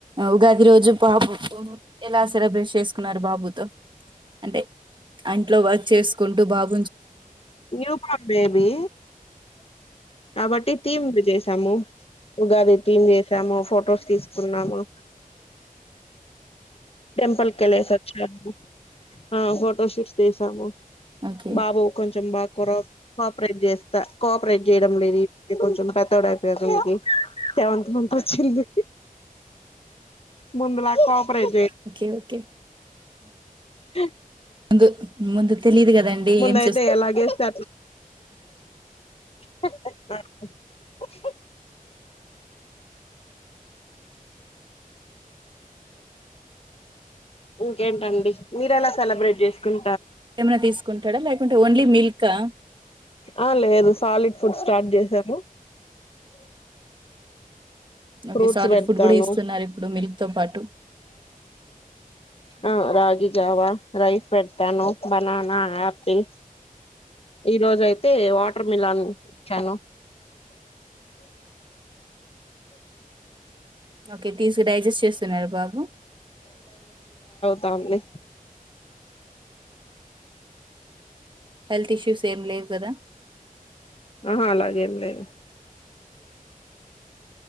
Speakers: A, on the right; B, on the left.
A: ఉగాది రోజు బాబుతో ఎలా సెలబ్రేట్ చేసుకున్నారు బాబుతో అంటే అంట్లో వర్క్ చేసుకుంటూ బాబ
B: యూ బోర్న్ బేబీ
A: <unintelligible>
B: కాబట్టి తింది చేసాము ఉగాది థమ్ చేసాము ఫొటోస్ తీసుకున్నాము టెంపుల్ క వెళ్ళసి వచ్చాము ఆ ఫోటోషూట్స్ తీసాము
A: ఓకే
B: బాబు కొంచెం బాగా కోఆపరేట్ చేస్తా కోఆపరేట్ చేయడం లేదు కొంచెం పెత్తడ అయిపోయకి సెవంత్ మంతంత్ వచ్చింది ముందులాక కాపరాేజ
A: ఓకే ఓకే
B: హోం
A: ముందు ముందు తెలియదు కదండి
B: ముందయితే
A: ఏం చే
B: ఎలాగేస్తే హా హహ
A: <unintelligible>
B: ఇంకేంటండి మీర ఎలా సెలబ్రేట్ చేసుకుం
A: ఏమైనా తీసుకుంటాడా లేకుంటే ఓన్లీ మిల్కా
B: ఆ లేదు సాలిడ్ ఫుడ్ స్టార్ట్ చేసాము
A: ఓకే
B: ఫ్రూట్స్
A: సాలిడ్
B: పెడతాను
A: ఫుడ్ కూడా ఇస్తున్నారు ఇప్పుడు మిల్క్ తో పాటు
B: ఆ రగి జావా రైస్ పెడతాను బనానా ఆపిల్ ఈ రోజ అయితే వాటర్ మిలాన్ చను <inaudible>
A: ఓకే తీసుకు డైజెస్ట్ చేస్తున్నారు బాబు
B: తంది
A: హెల్త్ ఇష్యూస్ ఏం లేవు కదా
B: ఆహా అలాగే ఏం లేదు